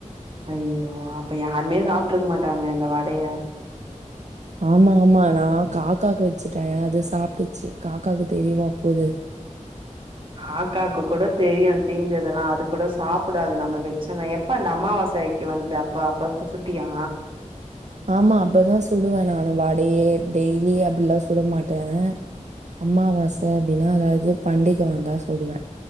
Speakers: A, on the right; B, on the right.
A: அய்யய்யோ அப்ப யாருமே சாப்பிட்டுருக்க மாட்டாங்களே அந்த வடைய
B: ஆமா ஆமா நா காக்காக்கு வச்சுட்டே அது சாப்பிடுச்சு காக்காக்கு தெரியவா போது
A: காக்காக்கு கூட தெரியு தீஞ்சதெல்லா அது கூட சாப்பிடாது நம்ம வச்சோனா எப்ப அந்த அம்மாவா சை க்கு வந்ததே அப்ப அப்ப அப்ப சுட்டியா
B: ஆமா அப்பதா சுடுவே நானு வடையே டெய்லி அப்டிலா சுட மாட்டே அம்மாவாசை அப்டின்னா எதாது பண்டிகை வந்தா சுடுவே